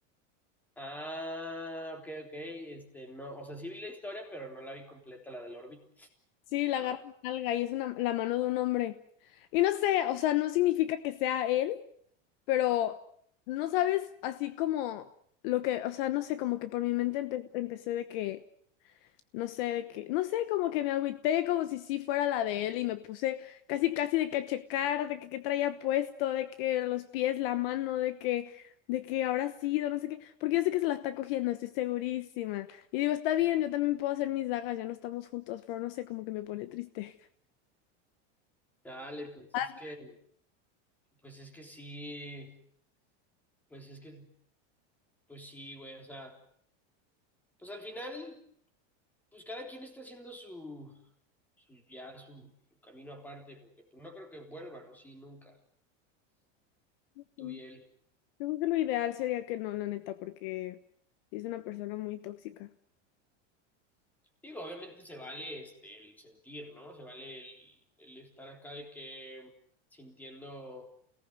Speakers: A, in the centre; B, on the left.
A: Ah, ok, ok. Este, no, o sea, sí vi la historia, pero no la vi completa, la del Orbit.
B: Sí, la
A: A
B: agarra
A: ver,
B: la nalga y es una, la mano de un hombre. Y no sé, o sea, no significa que sea él, pero no sabes así como lo que, o sea, no sé, como que por mi mente empe- empecé de que No sé de qué, no sé, como que me agüité como si sí fuera la de él y me puse casi casi de que a checar, de que qué traía puesto, de que los pies, la mano, de que de que habrá sido, no sé qué, porque yo sé que se la está cogiendo, estoy segurísima. Y digo, está bien, yo también puedo hacer mis dagas, ya no estamos juntos, pero no sé, como que me pone triste. <laughs>
A: dale, pues
B: Ah,
A: es que, pues es que sí, pues es que, pues sí, güey, o sea, pues al final, pues cada quien está haciendo su, su ya, su, su camino aparte, porque pues no creo que vuelvan, ¿no? Sí, nunca, tú
B: sí.
A: y él.
B: Yo creo que lo ideal sería que no, la neta, porque es una persona muy tóxica.
A: Digo, obviamente se vale este el sentir, ¿no? Se vale el, el estar acá de que sintiendo,